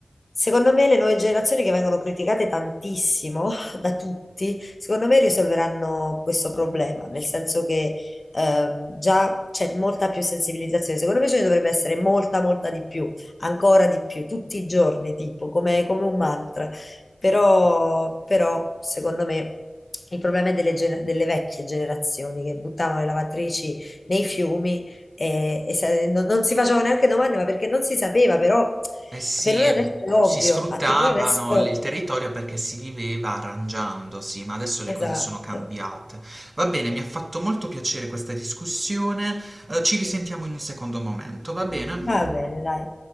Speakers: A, on the left; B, on the right.
A: secondo me le nuove generazioni che vengono criticate tantissimo <laughs> da tutti, secondo me risolveranno questo problema, nel senso che ehm, già c'è molta più sensibilizzazione, secondo me ce ne dovrebbe essere molta, molta di più, ancora di più, tutti i giorni, tipo, come come un mantra. Però, però, secondo me, il problema è delle, gener- delle vecchie generazioni che buttavano le lavatrici nei fiumi e, e sa- non, non si facevano neanche domande, ma perché non si sapeva, però
B: Eh sì,
A: per noi adesso è ovvio.
B: si sfruttavano
A: Ah, Per noi adesso è ovvio.
B: le- il territorio perché si viveva arrangiandosi, ma adesso le cose
A: Esatto.
B: sono cambiate. Va bene, mi ha fatto molto piacere questa discussione. eh, ci risentiamo in un secondo momento, va bene?
A: Va bene, dai.